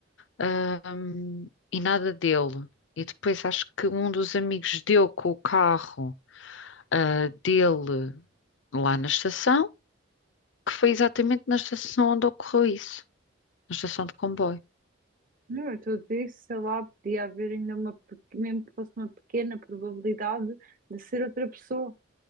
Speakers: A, on the left; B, on the right.
A: ahm, e nada dele. E depois acho que um dos amigos deu com o carro, ah, dele lá na estação, que foi exatamente na estação onde ocorreu isso, na estação de comboio.
B: Não, eu estou a dizer, sei lá, podia haver ainda uma, pe- mesmo que fosse uma pequena probabilidade de ser outra pessoa